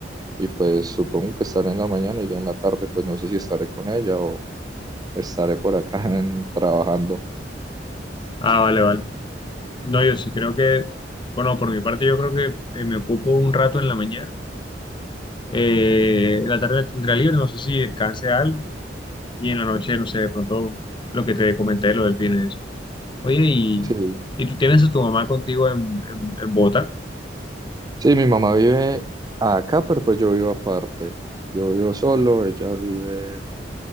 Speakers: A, on the right; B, on the left.
A: y pues supongo que estaré en la mañana y ya en la tarde pues no sé si estaré con ella o estaré por acá <laughs> en- trabajando
B: Ah, vale, vale. No, yo sí creo que, bueno, por mi parte yo creo que eh, me ocupo un rato en la mañana. Eh, la tarde la tendré libre, no sé si descanse algo. Y en la noche, no sé, de pronto lo que te comenté, lo del viernes. Oye, ¿y,
A: sí
B: y tú tienes a tu mamá contigo en, en, en Bogotá?
A: sí mi mamá vive acá pero pues yo vivo aparte yo vivo solo ella vive